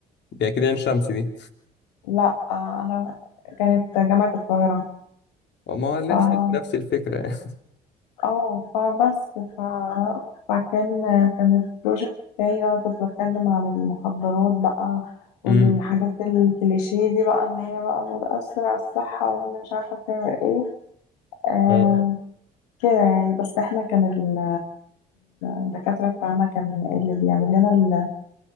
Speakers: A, on the left (about 60°); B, on the left (about 85°).
A: يعني كده عين شمس دي
B: لا آه أنا كانت جامعة القاهرة
A: ما هو نفس
B: ف
A: نفس الفكرة يعني
B: اه فبس ف... فكان كان البروجكت بتاعي بقى كنت بتكلم عن المخدرات بقى
A: امم
B: والحاجات الكليشيه دي بقى ان هي بقى بتأثر على الصحة وان مش عارفة بتعمل ايه آه
A: اه
B: كده يعني بس احنا كان ال... الدكاترة بتاعنا كان اللي بيعمل لنا